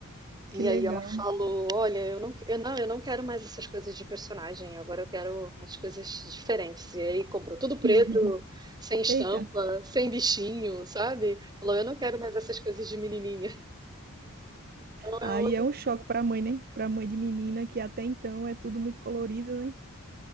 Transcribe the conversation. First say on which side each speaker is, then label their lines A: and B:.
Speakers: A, on the right; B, on the right.
A: Que
B: E
A: legal.
B: aí ela falou: Olha, eu não, eu não, eu não quero mais essas coisas de personagem, agora eu quero as coisas diferentes. E aí comprou tudo preto,
A: <laughs>
B: sem estampa,
A: Eita.
B: sem bichinho, sabe? Falou: Eu não quero mais essas coisas de menininha. Então
A: Aí
B: é outro.
A: é um choque para a mãe, né? Para a mãe de menina, que até então é tudo muito colorido, né?